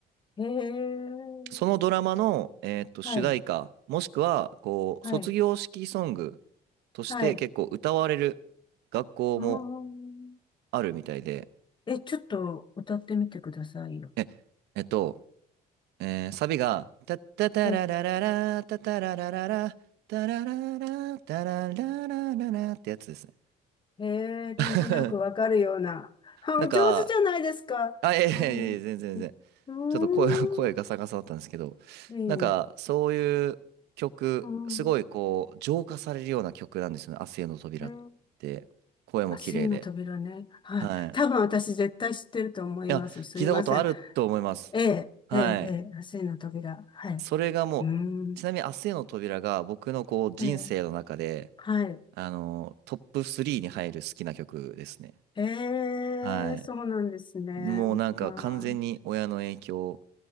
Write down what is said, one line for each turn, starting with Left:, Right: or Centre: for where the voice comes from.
Left: へえ。
Right: そのドラマの、えーっと、主題歌、
Left: はい。
Right: もしくは、こう、
Left: はい。
Right: 卒業式ソングとして結構歌われる学校も
Left: はい。うーん。
Right: あるみたいで、
Left: え、ちょっと歌ってみてくださいよ。
Right: え、えっと、えーサビが、タッタタララララ、
Left: え、
Right: タタララララ、タラララ、タラララララってやつですね。
Left: へえ、なんとなくわかるような。
Right: <laughs>
Left: あ、
Right: なんか、
Left: お上手じゃないですか。
Right: あ、いやいやいやいや、
Left: うん。
Right: 全然全然。
Left: うー
Right: ちょっと声、<laughs> 声ガサガサだったんですけど、
Left: ん。いえいえ。
Right: なんかそういう曲、
Left: うん。
Right: すごいこう浄化されるような曲なんですよね。明日への扉って。
Left: うん
Right: 声も綺麗で。
Left: あ、真の扉ね。はい。
Right: はい。
Left: 多分私絶対知ってると思います。
Right: いや、
Left: すいません。
Right: 聞いたことあると思います。
Left: ええ、
Right: はい。
Left: ええ、ええ、真の扉。はい。
Right: それがもう、
Left: うん。
Right: ちなみに明日への扉が僕のこう人生の中で、
Left: ええ、はい。
Right: あの、トップ3に入る好きな曲ですね。
Left: え
Right: はい。
Left: え、そうなんですね。
Right: もうなんか完全に親の影響
Left: あー、